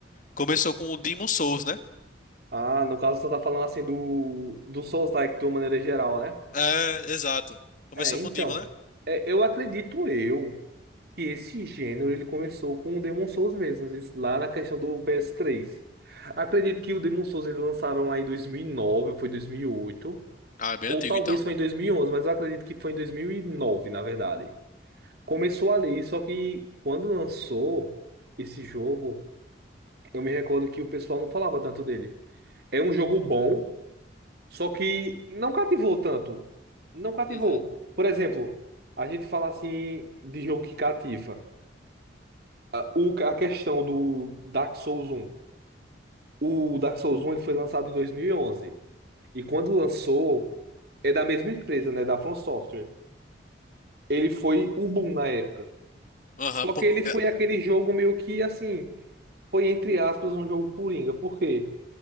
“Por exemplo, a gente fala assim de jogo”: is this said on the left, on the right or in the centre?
Right